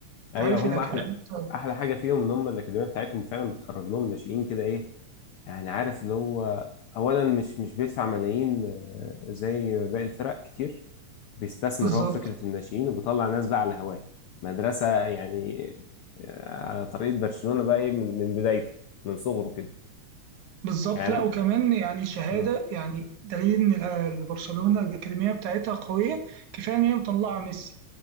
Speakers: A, on the right; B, on the left.
A: انت
B: ايوه
A: عارف
B: هم
A: الاكاديميه
B: احلى
A: بتاعت-
B: احلى حاجه فيهم ان هم الاكاديميه بتاعتهم فعلا بتخرج لهم ناشئين كده ايه يعني عارف اللي هو اولا مش مش بيدفع ملايين آه، زي باقي الفرق كتير بيستثمر
A: بالظبط
B: هو في فكره الناشئين وبيطلع ناس بقى على هواه مدرسه يعني آه، على طريقه برشلونه بقى ايه من من بدايته من صغره كده
A: بالظبط
B: يعني
A: لا وكمان يعني شهاده
B: آه،
A: يعني دليل ان ال- برشلونه الاكاديميه بتاعتها قويه كفايه ان هي مطلعه ميسي